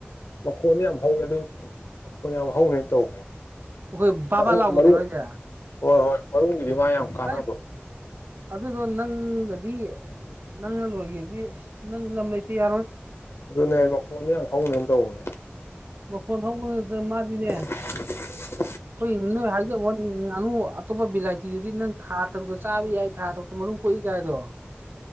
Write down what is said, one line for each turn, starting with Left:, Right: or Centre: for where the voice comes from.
Left: ꯃꯈꯣꯟꯅ ꯌꯥꯝ ꯍꯧꯋꯦ ꯑꯗꯨ ꯃꯈꯣꯟ ꯌꯥꯝ ꯍꯧꯅꯤꯅ ꯇꯧꯕꯅꯦꯅꯦ
Right: ꯑꯩꯈꯣꯏ ꯕꯥꯕꯥ
Left: ꯃꯔꯨ
Right: ꯂꯥꯎꯕꯤꯗꯨꯔꯣ
Left: ꯃꯔꯨ
Right: ꯍꯥꯏꯁꯦ
Left: ꯍꯣꯏ ꯍꯣꯏ ꯃꯔꯨꯒꯤꯗꯤ ꯃꯥ ꯌꯥꯝ ꯀꯥꯟꯅꯕ
Right: ꯑꯁ ꯑꯗꯨꯗꯣ ꯅꯪꯒꯗꯤ ꯅꯪꯅ ꯂꯣꯏꯒꯦꯗꯤ ꯑꯁ ꯅꯪ ꯂꯝ ꯂꯩꯇꯦ ꯌꯥꯔꯣꯏ
Left: ꯑꯗꯨꯅꯦ ꯑꯩ ꯃꯈꯣꯟꯗ ꯌꯥꯝ ꯐꯥꯎꯅꯦꯅ ꯇꯧꯕꯅꯦ
Right: ꯃ ꯐꯣꯟ ꯊꯥꯎ ꯑꯗꯨ ꯃꯥꯔꯤꯅꯦ
Left: <inaudible>
Right: ꯑꯩꯈꯣꯏ ꯅꯣꯏ ꯍꯥꯏꯖꯕ ꯉꯥꯅꯨ ꯑꯇꯣꯞꯄ ꯕꯤꯂꯥꯏꯇꯤꯗꯨꯗꯤ ꯅꯪ ꯊꯥ ꯇꯔꯨꯛꯀ ꯆꯥꯕ ꯌꯥꯏ ꯊꯥꯔꯨꯛ ꯅꯨꯝ ꯀꯣꯏꯀꯥꯏꯗꯣ